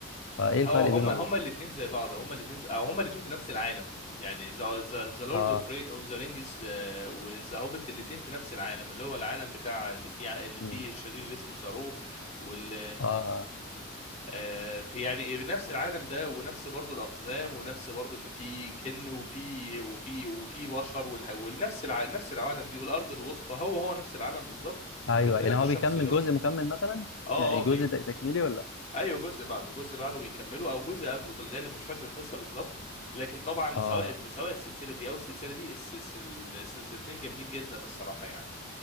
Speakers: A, on the left; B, on the left.
A: فايه الفرق
B: هو هما
A: بينهم
B: هما
A: وبين-
B: الاثنين زي بعض هما الاثنين او هما الاثنين في نفس العالم يعني ذا لورد
A: اه
B: اوف ذا رينجز آه، وذا هوبيت الاثنين في نفس العالم اللي هو العالم بتاع اللي فيه اللي
A: مم.
B: فيه الشرير اللي اسمه سارو وال
A: اه آه.
B: آه، في يعني نفس العالم ده ونفس برضو الاقزام ونفس برضو ان في جن وفي وفي وفي بشر والح- ونفس الع... نفس العالم دي والارض الوسطى هو هو نفس العالم بالظبط
A: ايوه
B: باختلاف
A: يعني هو
B: الشخصيات
A: بيكمل جزء مكمل مثلا
B: اه
A: يعني
B: اه
A: جزء تك- تكميلي ولا لأ؟
B: ايوه جزء بعده جزء بعده بيكملوا او جزء قبله في الغالب مش فاكر القصه بالظبط لكن طبعا
A: اه
B: سواء سواء السلسله دي او السلسله دي السلسل- السلسلتين جامدين جدا الصراحه يعني